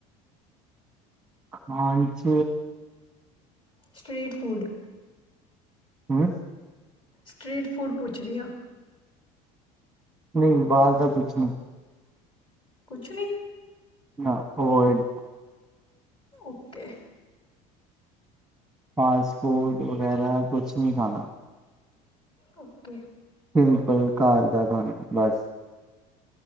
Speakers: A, in the centre; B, on the left.
A: ਖਾਂਚ
B: ਸਟ੍ਰਰੀਟ ਫੂਡ
A: ਹਮ
B: ਸਟਰੀਟ ਫੂਡ ਪੁੱਛਦੀ ਹਾਂ
A: ਨਹੀਂ ਬਾਹਰ ਦਾ ਕੁਛ ਨਹੀਂ
B: ਕੁਛ ਨਹੀਂ
A: ਨਾ ਉਵੋਇਡ
B: ਓਕੇ
A: ਫਾਸਟ ਫੂਡ ਵਗੈਰਾ ਕੁਛ ਨਹੀਂ ਖਾਣਾ
B: ਓਕੇ
A: ਸਿੰਪਲ ਘਰ ਦਾ ਖਾਣਾ ਬਸ